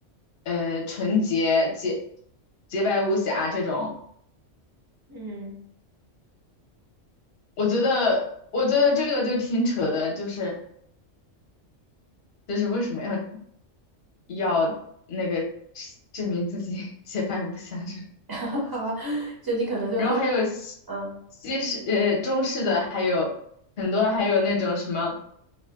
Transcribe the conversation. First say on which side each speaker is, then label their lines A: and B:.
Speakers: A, on the left; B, on the right.
A: 呃，纯洁洁洁白无瑕这种。
B: 嗯，
A: 我觉得，我觉得这个就挺扯的，就是就是为什么要？要那个证明自己 <laughs> 洁白无瑕这种
B: <laughs> 好吧，就你可能对婚纱，
A: 然后还有西西式呃中式的，
B: 嗯，
A: 还有很多，还有那种什么